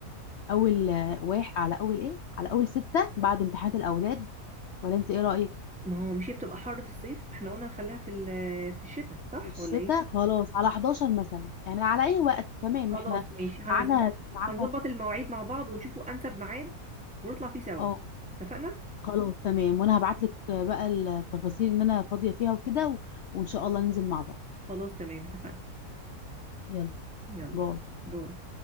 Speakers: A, on the left; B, in the centre.
A: اول واحد على اول ايه على اول ستة بعد امتحانات الاولاد ولا انت ايه رايك
B: ما هو مش هي بتبقى حر في الصيف احنا قلنا نخليها في ال- في الشتاء صح
A: الشتاء
B: ولا ايه
A: خلاص على 11 مثلا يعني على اي وقت تمام
B: خلاص
A: احنا
B: ماشي هنظبط
A: معانا معانا
B: هنظبط المواعيد مع بعض ونشوفوا انسب ميعاد ونطلع فيه سوا
A: اه
B: اتفقنا
A: خلاص تمام وانا هبعت لك بقى التفاصيل ان انا فاضية فيها وكده و... وان شاء الله ننزل مع بعض
B: خلاص تمام اتفقنا
A: يلا
B: يلا
A: باي
B: باي